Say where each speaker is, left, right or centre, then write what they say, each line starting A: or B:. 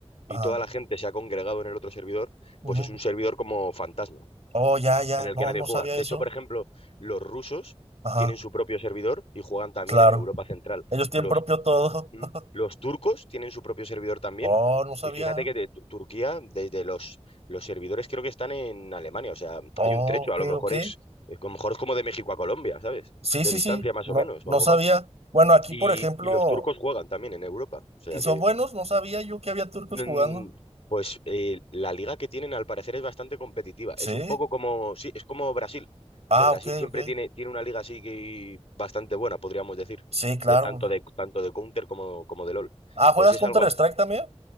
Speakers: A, on the left (about 65°); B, on the right (about 70°).
A: y
B: ajá.
A: toda la gente se ha congregado en el otro servidor,
B: ujú.
A: pues es un servidor como fantasma
B: Oh, ya, ya.
A: en el
B: No,
A: que nadie
B: no
A: juega.
B: sabía
A: De
B: eso.
A: hecho, por ejemplo, los rusos
B: Ajá,
A: tienen su propio servidor y juegan también
B: claro.
A: en Europa Central.
B: Ellos tienen
A: Los,
B: propio todo.
A: mm,
B: <laughs>
A: los turcos tienen su propio servidor también.
B: Oh, no sabía.
A: Y fíjate que de Tu- Turquía, desde los, los servidores creo que están en Alemania. O sea,
B: Oh,
A: hay un trecho.
B: ok,
A: A lo mejor
B: ok.
A: es, es- a lo mejor es como de México a Colombia, ¿sabes?
B: Sí,
A: De
B: sí,
A: distancia
B: sí.
A: más
B: No,
A: o menos,
B: no
A: o algo
B: sabía.
A: más.
B: Bueno, aquí,
A: Y,
B: por ejemplo.
A: y los turcos juegan también en Europa. O sea
B: ¿Y son
A: que
B: buenos? No sabía yo que había turcos
A: Mm,
B: jugando.
A: Pues eh, la liga que tienen al parecer es bastante competitiva.
B: Sí.
A: Es un poco como, sí, es como Brasil,
B: Ah,
A: que Brasil
B: ok,
A: siempre
B: ok.
A: tiene, tiene una liga así que bastante buena, podríamos decir,
B: Sí, claro.
A: de tanto de tanto de Counter como, como de LOL.
B: Ah, ¿juegas
A: Pues es
B: Counter-Strike
A: algo así.
B: también?